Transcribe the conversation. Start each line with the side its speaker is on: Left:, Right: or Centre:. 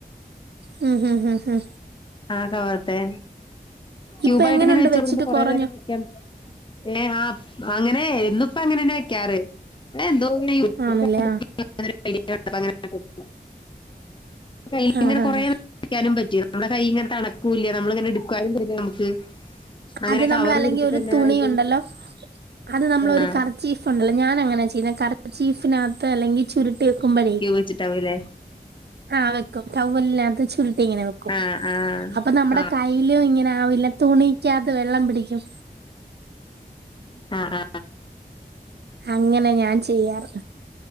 Right: ഹും ഹും ഹും
Left: ആ കവറിത്തെ ക്യൂബ
Right: ഇപ്പൊ
Left: ആയിട്ട്
Right: എങ്ങനുണ്ട്
Left: ഇങ്ങനെ വെച്ച
Right: വെച്ചിട്ട്
Left: കൊടുക്കുമ്പോ കൊറേ
Right: കൊറഞ്ഞോ
Left: നേരം വെക്കാം ഏഹ് ആഹ് അങ്ങനെ ഇന്നിപ്പോ അങ്ങനെന്നെ വെക്കാറ് എന്തോ യൂട്ടൂബൊക്കെ
Right: ആണല്ലേ
Left: അടിച്ചു
Right: ആഹ്
Left: നോക്കിയ നേരം അതിലിങ്ങനെ കണ്ടപ്പോ അങ്ങനെ കയ്യില്
Right: ആഹ്
Left: ഇങ്ങനെ
Right: ആഹ്
Left: കൊറേ വെക്കാനും പറ്റി നമ്മള് കൈ ഇങ്ങനെ തണക്കൂല്ല നമ്മള ഇങ്ങനെ എടുക്കുവാനും ഇതാ നമുക്ക് അങ്ങനെ
Right: അത് നമ്മൾ
Left: കവർ
Right: അല്ലെങ്കിൽ
Left: പിടിച്ചിട്ട്
Right: ഒരു
Left: തന്നെ
Right: തുണിയുണ്ടല്ലോ
Left: അതിന്റെ ഉള്ളിൽ
Right: അത് നമ്മൾ ഒരു
Left: ആ
Right: കറു ചീഫ്ണ്ടല്ല ഞാനങ്ങനെ ചെയ്യുന്ന കറ ചീഫിനകത്ത് അല്ലെങ്കിൽ ചുരുട്ടി വെക്കുമ്പഴേ
Left: വെച്ചിട്ടാവല്ലേ
Right: ആഹ് വെക്കും ടൗവ്വലിനകത്ത് ചുരുട്ടി ഇങ്ങനെ വെക്കും
Left: ആ ആ
Right: അപ്പൊ നമ്മുടെ
Left: ആ
Right: കൈയ്യില് ഇങ്ങനെ ആവില്ല തുണി ക്കാകത്ത് വെള്ളം പിടിക്കും.
Left: ആ ആ
Right: അങ്ങനെ ഞാൻ ചെയ്യാറ്.